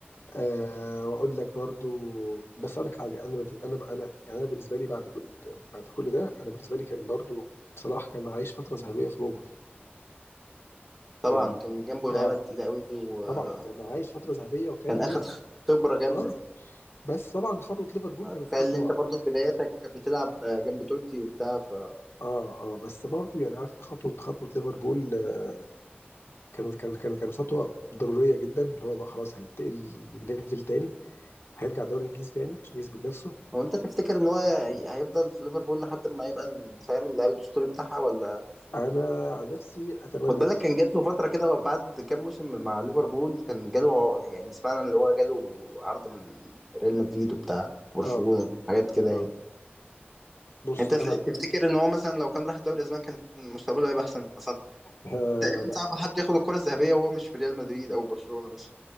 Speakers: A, on the left; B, in the centre.
A: أه واقول لك برضو بس اقول لك حاجه انا بت- انا ب- انا يعني انا بالنسبه لي بعد كل بعد كل ده انا بالنسبه لي كان برضو صلاح كان عايش فتره ذهبيه في روما
B: طبعا
A: كان
B: كان جنبه
A: اه
B: لعيبة تقيلة قوي وكان
A: طبعا كان عايش فتره ذهبيه وكان
B: أخد
A: نجم
B: خبرة جامدة
A: اه بس طبعا خطوه ليفربول
B: آه،
A: كانت
B: تخيل
A: خطوه
B: إن أنت برضه في بداياتك بتلعب آه، جنب توتي وبتاع ف
A: اه اه بس برضو يعني عارف انت خطوه خطوه ليفربول آه، كانت كانت كانت كانت خطوه ضروريه جدا اللي هو بقى خلاص هينتقل لليفل تاني هيرجع الدوري الانجليزي تاني عشان يثبت نفسه
B: هو أنت تفتكر إن هو هي- هيفضل في ليفربول لحد ما يبقى ال- فاهم اللاعب الأسطوري بتاعها ولا
A: انا عن نفسي اتمنى
B: خد بالك
A: ده
B: كان جات له فترة كده بعد كام موسم مع ليفربول كان جاله يعني سمعنا اللي هو جاله عرض من ريال مدريد وبتاع برشلونة
A: اه
B: حاجات كده يعني
A: اه بص
B: انت
A: انا
B: ف- تفتكر ان هو مثلا لو كان راح الدوري الاسباني كان مستقبله هيبقى احسن اصلا
A: آه
B: تقريبا
A: لا
B: صعب حد ياخد الكرة الذهبية وهو مش في ريال مدريد او برشلونة مثلا